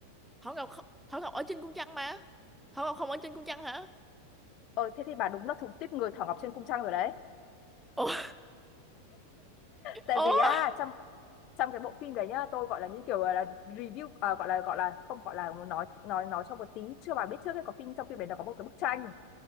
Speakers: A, in the centre; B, on the left (about 40°).
A: Thỏ Ngọc không, Thỏ Ngọc ở trên cung trăng mà. Thỏ Ngọc không ở trên cung trăng hả?
B: ờ thế thì bà đúng là thuộc tiếp người Thỏ Ngọc trên cung trăng rồi đấy
A: Ủa,
B: tại
A: Ủa?
B: vì á trong trong cái bộ phim đấy nhá tôi gọi là như kiểu là review à, gọi là gọi là không gọi là muốn nói nói nói trong một tí chưa bà biết trước ấy có phim trong phim đấy nó có một cái bức tranh